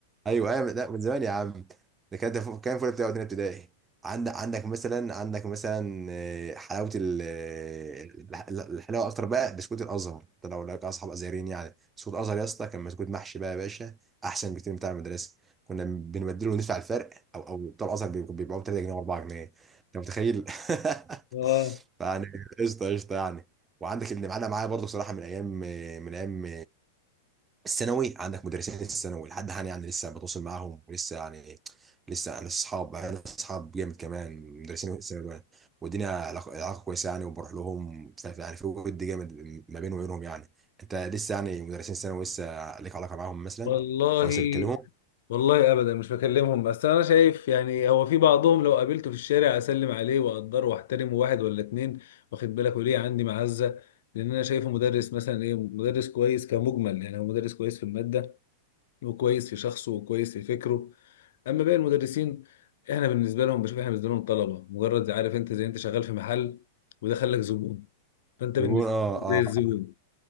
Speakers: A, on the right; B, on the left.
A: ايوه ايوه لا من زمان يا عم ده كانت كان فول بتاع تانية ابتدائي عندك عندك مثلا عندك مثلا آه، حلاوه ال- آه، الح- الحلاوه اكتر بقى بسكوت الازهر ده لو لك اصحاب ازهريين يعني بسكوت الازهر يا اسطى كان بسكوت محشي بقى يا باشا احسن بكتير من بتاع المدرسه كنا بنبدله وندفع الفرق او او بتوع الازهر بيبقوا بيبيعوه 3 جنيه و4 جنيه انت متخيل <laughs>
B: اه
A: يعني قشطه قشطه يعني وعندك اللي معانا معايا برضه صراحه من ايام من ايام الثانوي عندك مدرسين الثانوي لحد حاليا يعني لسه بتواصل معاهم ولسه يعني لسه انا اصحاب انا اصحاب جامد كمان مدرسين الثانوي دول والدنيا علاقه علاقه كويسه يعني وبروح لهم ف- يعني في ود جامد ما بيني وبينهم يعني انت لسه يعني مدرسين الثانوي لسه ليك علاقه معاهم مثلا
B: والله
A: او لسه بتكلمهم
B: والله ابدا مش بكلمهم بس انا شايف يعني هو في بعضهم لو قابلته في الشارع اسلم عليه واقدره واحترمه واحد ولا اتنين واخد بالك وليه عندي معزه لان انا شايفه مدرس مثلا ايه مدرس كويس كمجمل يعني هو مدرس كويس في الماده وكويس في شخصه وكويس في فكره اما باقي المدرسين احنا بالنسبه لهم بشوف احنا بالنسبه لهم طلبه مجرد عارف انت زي انت شغال في محل وده خلك زبون فانت بالنسبه
A: بيقول اه
B: لهم زي
A: اه
B: الزبون